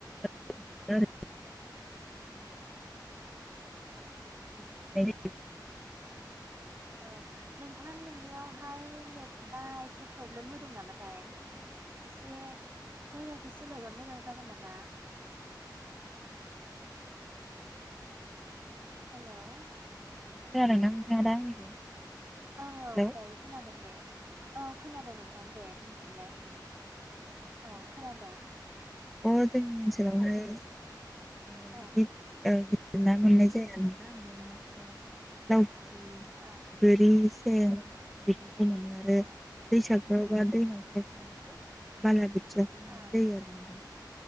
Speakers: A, in the centre; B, on the right.
A: <unintelligible>
B: औ
A: <inaudible>
B: औ नोंथां नोंनियावहाय नेटा एसे प्रब्लेम होदों नामाथाय एसे जायगाखौ सोलायबा मोजां जागोन नामा हेलौ
A: खोनादों ना नोंथाङा दा आंनिखौ
B: औ औ
A: हेल'
B: दायो खोनादों दे औ खोनादों नोंथां दे बुंफिनलाय औ खोनादों
A: अ जोंनि ओनसोलावहाय आ
B: ओं
A: बिदि बि ना मोननाय जाया नोंथां ना फिसा लावि
B: ओं
A: गोरिस बे मोनो आरो
B: ओं
A: दैसा बबा दैमाफोराव थांबाथाय बाला खोथियाखौ मोननाय
B: ओं
A: जायो आरो नोंथां।